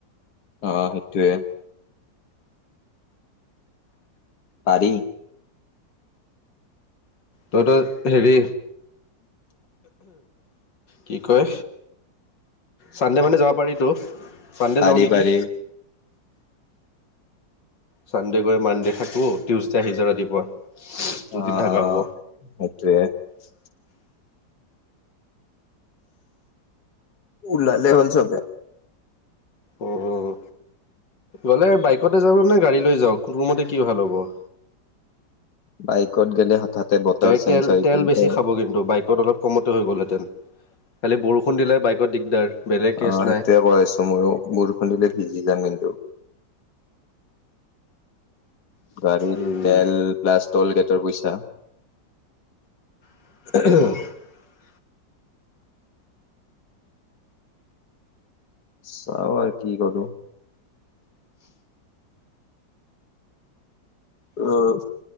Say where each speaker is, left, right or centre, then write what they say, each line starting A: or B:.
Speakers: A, on the left; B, on the left.
A: অ সেইটোৱে পাৰি
B: তইত হেৰি কি কয় চান্ডে মানে যাব <unintelligible> পাৰিতো চানডে
A: পাৰি
B: যাওঁ নেকি
A: পাৰি
B: চানডে গৈ মানডে থাকো টিউজডে আহি যাম ৰাতিপুৱা। দুদিন
A: অঁ
B: থকা
A: অঁ
B: হ'ব
A: সেইটোৱে। <unintelligible> ওলালে হ'ল চবেই। <unintelligible>
B: উম গ'লে বাইকতে যাব নে গাড়ী লৈ যাওঁক কোনোমতে কি ভাল হ'ব। <unintelligible>
A: বাইকত গেলে হঠাতে বতৰ
B: গাড়ীত
A: চেঞ্জ
B: তেল
A: হৈ
B: তেল
A: গলে
B: বেছি খাব কিন্তু বাইকত অলপ কমতে হৈ গ'লহেঁতেন। খালি বৰষুণ দিলে বাইকত দিগদাৰ বেলেগ কেছ
A: অ
B: নাই।
A: সেইটোয়ে কৈ আছো ময়ো বৰষুণ
B: <unintelligible>
A: দিলে ভিজি যাম কিন্তু গাড়ীত
B: উম
A: তেল প্লাছ ট্ৰল গেটৰ পইচা।
B: <unintelligible> <inaudible>
A: চাওঁ আৰু কি কৰোঁ। উম,